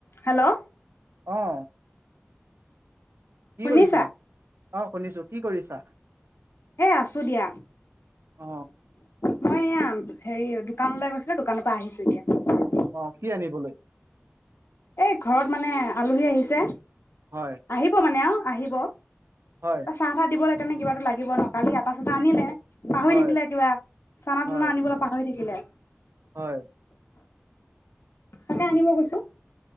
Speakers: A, on the left; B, on the right.
A: Hello
B: অ কি
A: শুনিছা
B: কৰিছা অ শুনিছো কি কৰিছা
A: এ আছো দিয়া
B: অ
A: মই এয়া হেৰি দোকান লাই গৈছিলো দোকানৰ পৰা আহিছো এতিয়া
B: অ কি আনিবলৈ
A: এই ঘৰত মানে আলহী আহিছে
B: হয়
A: আহিব মানে অ আহিব
B: হয়
A: ত চাহ তাত দিব লাগ সণে কিবাো লাগিব ন কালি তাৰপছতে আিলে পাহৰি
B: হয়
A: থাকিলে কিবা চানা
B: হয়
A: টানা আনিবলৈ পাহৰি থাকিলে
B: হয়
A: তাকে আনিব কৈছো